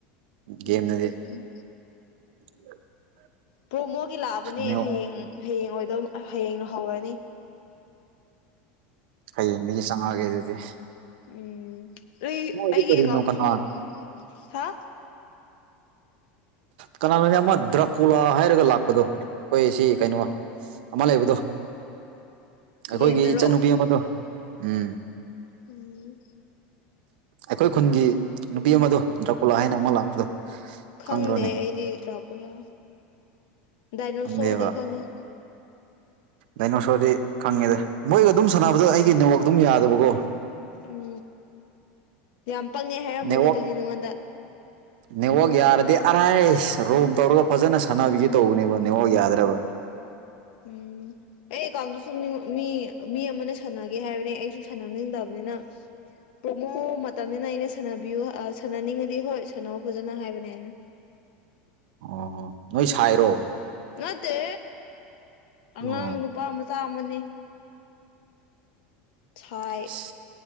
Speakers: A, on the left; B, on the right.
A: ꯎꯝ
B: ꯒꯦꯝꯗꯗꯤ <unintelligible>
A: ꯄ꯭ꯔꯣꯛ ꯃꯣꯒꯤ ꯂꯥꯛꯑꯕꯅꯦ
B: ꯅꯦꯠꯋꯥꯛ
A: ꯍꯌꯦꯡ ꯍꯌꯦꯡ ꯑꯣꯏꯗꯧ ꯍꯌꯦꯡ ꯍꯧꯔꯅꯤ
B: ꯍꯌꯦꯗꯒꯤ ꯆꯉꯛ ꯑꯥꯒꯦ ꯑꯗꯨꯗꯤ
A: ꯎꯝ ꯑꯩ
B: ꯃꯣꯏꯁꯦ
A: ꯑꯩꯒꯤ
B: ꯀꯔꯤꯅꯣ
A: ꯑꯦꯀꯥꯎꯟꯁꯨ
B: ꯀꯅꯥ
A: ꯍꯥ
B: ꯀꯅꯥꯅꯣꯅꯦ ꯑꯃ ꯗ꯭ꯔꯀꯣꯂꯥ ꯍꯥꯏꯔꯒ ꯂꯥꯛꯄꯗꯣ ꯑꯩꯈꯣꯏ ꯁꯤ ꯀꯩꯅꯣ ꯑꯃ ꯂꯩꯕꯗꯣ ꯑꯩꯈꯣꯏꯒꯤ
A: ꯒꯦꯝꯗꯔꯣ
B: ꯏꯆꯟꯅꯨꯄꯤ ꯑꯃꯗꯣ ꯎꯝ
A: ꯎꯝ
B: ꯑꯩꯈꯣꯏ ꯈꯨꯟꯒꯤ ꯅꯨꯄꯤ ꯑꯃꯗꯣ ꯗ꯭ꯔꯀꯨꯂꯥ ꯍꯥꯏꯅ ꯑꯃ ꯂꯥꯛꯄꯗꯣ
A: ꯈꯪꯗꯦ
B: ꯈꯪꯗ꯭ꯔꯣꯅꯦ
A: ꯑꯩꯗꯤ ꯂꯥꯛꯀꯅ ꯗꯥꯏꯅꯣꯁꯣꯔꯗꯤ
B: ꯈꯪꯗꯦꯕ
A: ꯈꯪꯉꯤ
B: ꯗꯥꯏꯅꯣꯁꯣꯔꯗꯤ ꯈꯪꯉꯦꯗ ꯃꯣꯏꯒ ꯑꯗꯨꯝ ꯁꯥꯟꯅꯕꯗ ꯑꯩꯒꯤ ꯅꯦꯠꯋꯥꯛ ꯑꯗꯨꯝ ꯌꯥꯗꯕꯀꯣ
A: ꯎꯝ ꯌꯥꯝ ꯄꯛꯉ ꯍꯥꯏꯔꯝꯃꯅꯤ
B: ꯅꯦꯠꯋꯥꯛ
A: ꯑꯗꯨꯗꯤ ꯅꯉꯣꯟꯗ
B: ꯅꯦꯠꯋꯥꯛ ꯌꯥꯔꯗꯤ ꯑꯔꯥꯏ ꯔꯣꯝ ꯇꯧꯔꯒ ꯐꯖꯅ ꯁꯥꯟꯅꯕꯤꯒꯦ ꯇꯧꯕꯅꯦꯕ ꯅꯦꯠꯋꯥꯛ ꯌꯥꯗ꯭ꯔꯕ <unintelligible>
A: ꯎꯝ ꯑꯩ ꯑꯦꯀꯥꯎꯟꯗ ꯁꯨꯝ ꯃꯤ ꯃꯤ ꯑꯃꯅ ꯁꯥꯟꯅꯒꯦ ꯍꯥꯏꯕꯅꯦ ꯑꯩꯁꯨ ꯁꯥꯟꯅꯅꯤꯡꯗꯕꯅꯤ ꯄ꯭ꯔꯣꯃꯣ ꯇꯝꯅꯤꯅ ꯑꯩꯅ ꯁꯥꯟꯅꯕꯤꯌꯨ ꯁꯥꯟꯅꯅꯤꯡꯉꯗꯤ ꯍꯣꯏ ꯁꯥꯟꯅꯧ ꯐꯖꯅ ꯍꯥꯏꯕꯅꯦ ꯑꯩꯅ
B: ꯑꯣ ꯅꯣꯏ ꯁꯥꯏꯔꯣ
A: ꯅꯠꯇꯦ ꯑꯉꯥꯡ
B: ꯑꯣ
A: ꯅꯨꯄꯥ ꯃꯆꯥ ꯑꯃꯅꯤ ꯁꯥꯏ
B: ꯑꯁ